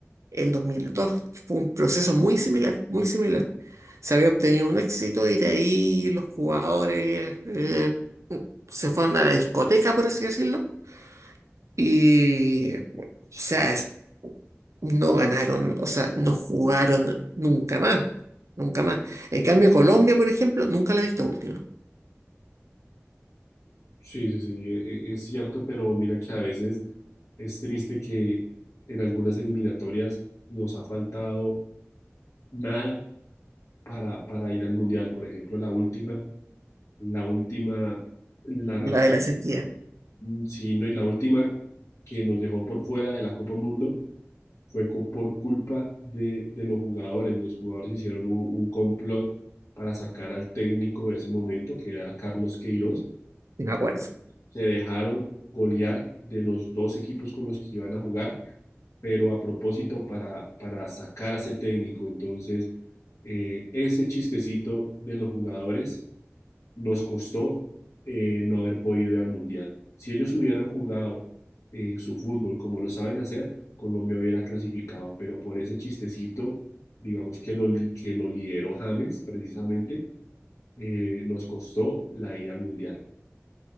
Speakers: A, on the right; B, on the left.
A: En dos mil dos fue un proceso muy similar, muy similar. Se había obtenido un éxito y de ahí los jugadores eh, mm, se fueron a la discoteca, por así decirlo, y, o sea, es- no ganaron, o sea, no jugaron nunca más, nunca más. En cambio, Colombia, por ejemplo, nunca la he visto última,
B: Sí, sí, sí, e- e- es cierto, pero mira que a veces es triste que en algunas eliminatorias nos ha faltado nada para, para ir al mundial. Por ejemplo, la última, la última, la
A: la
B: razón,
A: de la sequía,
B: al- sí, no, y la última que nos dejó por fuera de la Copa Mundo fue co- por culpa de, de los jugadores. Los jugadores hicieron un, un complot para sacar al técnico de ese momento, que era Carlos Queiroz
A: sí me acuerdo.
B: se dejaron golear de los dos equipos con los que iban a jugar, pero a propósito para, para sacar a ese técnico. Entonces, eh, ese chistecito de los jugadores nos costó eh, no haber podido ir al Mundial. Si ellos hubieran jugado eh, su fútbol como lo saben hacer, Colombia hubiera clasificado, pero por ese chistecito, digamos que lo, li- que lo lideró James precisamente, eh, nos costó la ida al Mundial.